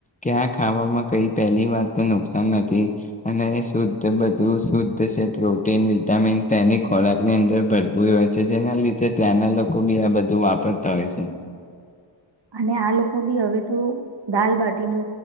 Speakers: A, on the left (about 15°); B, on the right (about 55°).
A: કે આ ખાવામાં કઈ પહેલી વાત તો નુકસાન નથી અને શુદ્ધ બધું શુદ્ધ જે પ્રોટીન વિટામીન તેની ખોરાકની અંદર ભરતું હોય છે જેના લીધે ત્યાંના લોકો ભી આ બધું વાપરતા હોય છે
B: અને આ લોકો બી હવે તો દાલબાટી નુ